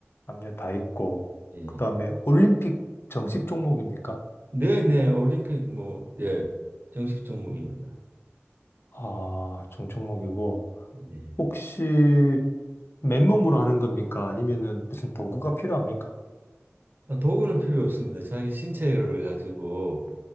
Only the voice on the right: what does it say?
예.
네, 네, 올림픽 뭐 예, 정식 종목입니다.
예.
아, 도구는 필요 없습니다. 자기 신체를 가지고